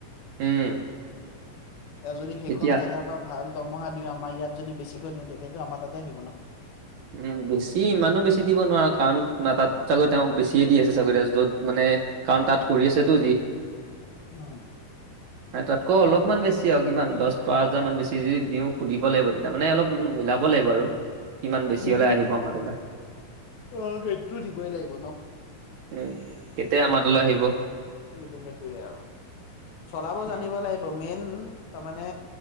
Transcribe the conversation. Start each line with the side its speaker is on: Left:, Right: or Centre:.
Right: উম।
Left: তেওঁ যদি সেইখন
Right: এতিয়া
Left: জেগাৰ পৰা ভাল দমহা দিওঁ আমাৰ ইয়াত যদি বেছিকৈ দিওঁ তেতিয়াতো আমাৰ তাতে আহিব ন।
Right: উম বেছি ইমানো বেছি দিব নোৱাৰো কাৰণ তাত চাগৈ তেওঁ বেছিয়ে দি আছে চাগৰি য'ত মানে- তাত কৰি আছে তো
Left: উম
Right: তাত। কিমান বেছি আৰু কিমান দহ প হাজাৰ মান বেছি যদি দিওঁ সুধিব লাগিব তেতিয়া মানে অলপ মিলাব লাগিব আৰু কিমান বেছি
Left: সেইটো
Right: হলে আহিব আমাৰ তোৰ
Left: অ সেইটো দিবই লাগিব ন
Right: উম কেতিয়া আমাৰলৈ আহিব
Left: সেইটো সেইটোয়ে আৰু চলাব
Right: উম,
Left: জানিব লাগিব মেইন। উ তাৰ মানে